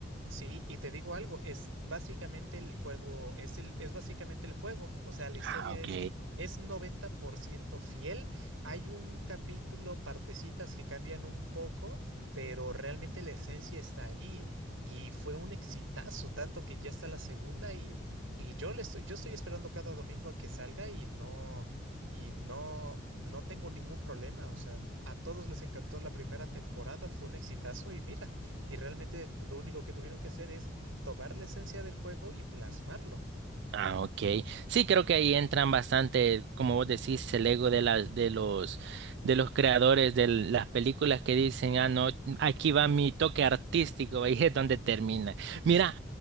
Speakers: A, on the right; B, on the right.
A: Sí, y te digo algo, es básicamente el juego, es el, es básicamente el juego, o sea, la historia
B: Ah, ok.
A: es, es 90% fiel, hay un capítulo, partecitas que cambian un poco, pero realmente la esencia está ahí, y fue un exitazo, tanto que ya está la segunda, y, y yo le estoy, yo estoy esperando cada domingo a que salga, y no, y no, no tengo ningún problema, o sea, a todos les encantó la primera temporada, fue un exitazo, y mira. Y realmente lo único que tuvieron que hacer es tomar la esencia del juego y plasmarlo.
B: Ah, ok. Sí, creo que ahí entran bastante, como vos decís, el ego de las, de los, de los creadores de las películas que dicen, ah, no, aquí va mi toque artístico, <laughs> ahí es donde termina. Mira,